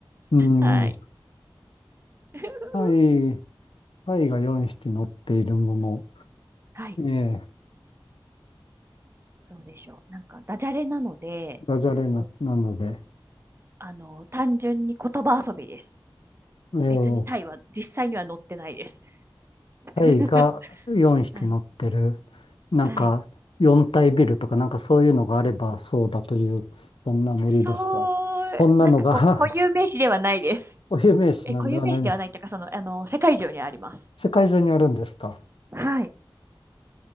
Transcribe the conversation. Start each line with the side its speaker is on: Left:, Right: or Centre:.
Left: う
Right: はい。
Left: ん。
Right: <laughs>
Left: タイ、タイが4匹乗っているもの。
Right: はい。
Left: ええ、
Right: どうでしょう。なんか、ダジャレなので、
Left: ダジャレな、
Right: こう、
Left: なので。
Right: あの、単純に言葉遊びです。
Left: ええ
Right: 別にタイは実際には載ってないです。<laughs>
Left: タイが4匹乗ってる、
Right: はい。
Left: なんか4体ビルとかなんかそういうのがあればそうだという、
Right: はい。
Left: そんなノリですか。
Right: そう、
Left: こんなのが
Right: なんかこう、固有名詞ではないです。
Left: <laughs> お有名詞なんではないです。
Right: え、固有名詞ではないというか、その、あの、世界中にあります。
Left: 世界中にあるんですか。
Right: はい。